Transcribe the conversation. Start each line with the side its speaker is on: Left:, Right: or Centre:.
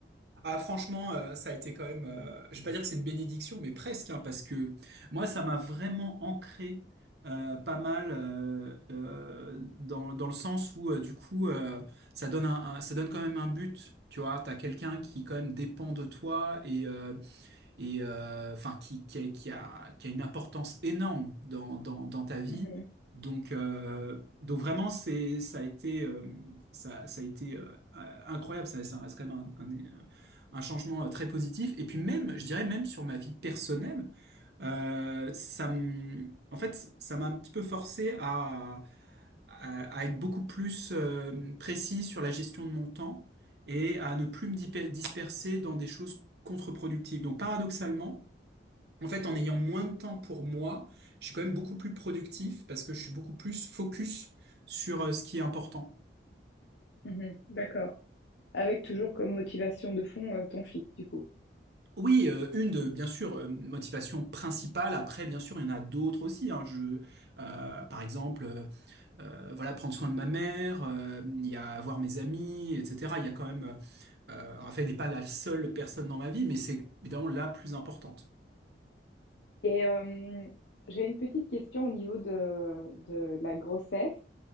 Right: Ah, franchement, euh, ça a été quand même, euh, je vais pas dire que c'est une bénédiction, mais presque, hein, parce que moi, ça m'a vraiment ancré euh, pas mal euh, euh, dans, dans le sens où, euh, du coup, euh, ça donne un, un- ça donne quand même un but, tu vois, t'as quelqu'un qui quand même dépend de toi et, euh, et euh, enfin qui, qui a, qui a, qui a une importance énorme dans, dans, dans ta vie.
Left: Mhm,
Right: Donc, euh, donc vraiment, c'est, ça a été, euh, ça, ça a été euh, incroyable. Ça, ça- c'est quand même un, un, un changement euh, très positif. Et puis même, je dirais même sur ma vie personnelle, euh, ça, me- en fait, ça m'a un petit peu forcé à à, à être beaucoup plus euh, précis sur la gestion de mon temps et à ne plus me diper- disperser dans des choses contre-productif. Donc paradoxalement, en fait, en ayant moins de temps pour moi, je suis quand même beaucoup plus productif parce que je suis beaucoup plus focus sur euh, ce qui est important.
Left: mhm, d'accord. Avec toujours comme motivation de fond, euh, ton fils, du coup.
Right: Oui, euh, une de, bien sûr, euh, motivation principale. Après, bien sûr, il y en a d'autres aussi. hein. Je, euh, par exemple, euh, euh, voilà, prendre soin de ma mère, euh, il y a voir mes amis, etc. Il y a quand même, euh, Raphaël n'est pas la seule personne dans ma vie, mais c'est évidemment la plus importante.
Left: Et euh, j'ai une petite question au niveau de, de la grossesse.